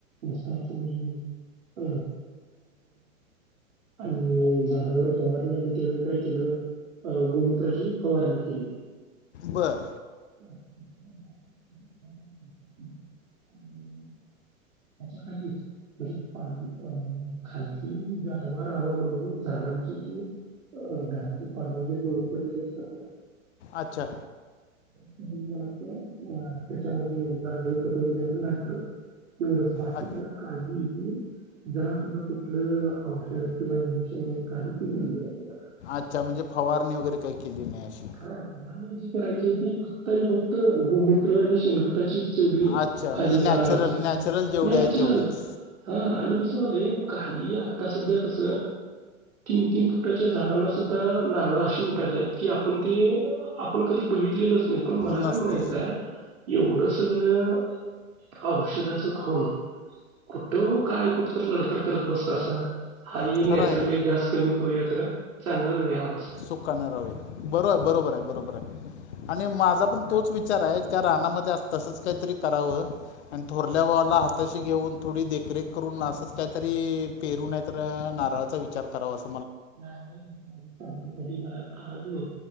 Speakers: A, on the right (about 80°); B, on the left (about 55°).
A: मस्त असं म्हणजे <unintelligible> आणि झाडावर फवारणी आम्ही त्यावेळी काय केलं, अ गोमूत्राची फवारणी केली.
B: बर
A: <unintelligible> <unintelligible> त्याच्या खालीच म्हणजे पान अ खाली गारवा रहावा म्हणून झाडांची जी अ झाडांची पान वगैरे गळून पडलेली असतात ना
B: अच्छा
A: अ त्याच्यामध्ये गांडूळ खत वगैरे आम्ही घातलं होत. एवढंच बाकी
B: अ
A: त्याला काही जरा सुद्धा कुठलं औषध किंवा इंजेक्शन वगैरे काही केलेलं नाही आम्ही.
B: अच्छा म्हणजे फवारणी वगैरे केली नाही अशी
A: <unintelligible> क्रायची होती फक्त आणि फक्त गोमूत्र आणि शेणखताची <inaudible>
B: अच्छा
A: खाली
B: म्हणजे नॅचरल
A: रानाला करायच
B: नॅचरल जेवढे
A: नॅचरल
B: आहे तेवढेच
A: हा आणि कस कसं व्हायलय काही आता सध्या कस तीन तीन फुटाच्या झाडांना सुद्धा नारळ अशी उठालेत की आप आपण ते आपण कधी बघितलेलच नाही पण मला
B: नसतील
A: काय म्हणायचंय एवढंच सगळं औषधाच खोल कुठं काय कुठ तर लढतर करत बसतासा हाय हे
B: खरं
A: नॅचरली
B: आहे ना
A: घास कमी कर खाऊया खर चांगल खाऊया.
B: सुखान राहूया, बरोबर बरोबर बरोबर हाय आणि माझा पण तोच विचार त्या राहनामध्ये तसच काहीतरी कराव. आणि थोरल्या भावाला हात तशी घेऊन थोडी देखरेख करून असंच काहीतरी पेरू नाही तर नारळाचा विचार करावा अस
A: <unintelligible> आज नाही